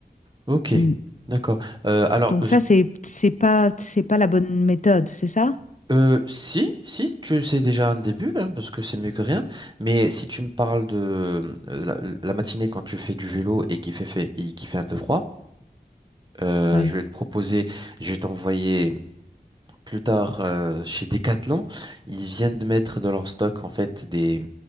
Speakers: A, on the right (about 30°); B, on the left (about 50°).
A: Ok,
B: Mm.
A: d'accord. Euh, alors,
B: Donc
A: v-
B: ça, c'est c'est pas c'est pas la bonne méthode, c'est ça?
A: euh, si, si, tu sais déjà un début, hein, parce que c'est mieux que rien, mais si tu me parles de euh, la, la matinée quand tu fais du vélo et qu'il fait, fait, et qu'il fait un peu froid, euh,
B: Ouais.
A: je vais te proposer, je vais t'envoyer plus tard euh, chez Decathlon. Ils viennent de mettre dans leur stock en fait des,